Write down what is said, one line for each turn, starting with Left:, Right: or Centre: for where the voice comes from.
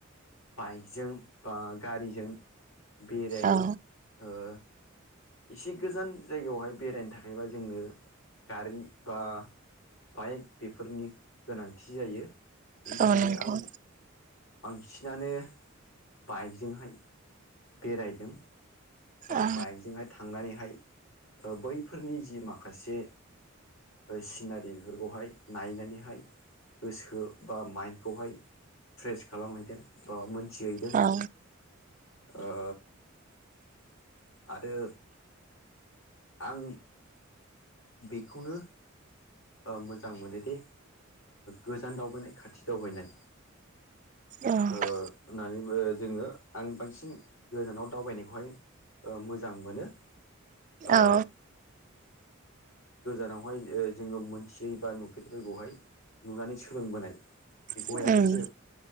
Left: बाइकजों बा गारिजों बेरायो
Right: औ
Left: ओ एसे गोजान जायगायावहाय बेरायनो थाखायबा जोंनो गारि बा बाइक बेफोरनि गोनांथि जायो बेनि थाखायनो
Right: औ नोंथां
Left: आं बांसिनानो बाइकजोंहाय बेरायदों। ओ
Right: औ
Left: बाइकजोंहाय थांनानैहाय बैफोरनि जि माखासे सिनारि बेफोरखौहाय नायनानैहाय गोसो बा माइन्दखौहाय फ्रेस खालामहैदों बा मोनथिहैदों।
Right: औ
Left: ओ आरो आं बेखौनो ओ मोजां मोनोदिे गोजान दावबायनाय खाथि दावबायनाय।
Right: औ
Left: ओ होननानैबो जोङो आं बांसिन गोजानाव दावबायनायखौहाय ओ मोजां मोनो ओ
Right: औ
Left: गोजानावहाय जोङो मोनथियै बा नुफेरैफोरखौहाय नुनानै सोलोंबोनाय बेखौहाय
Right: उम
Left: आं एसे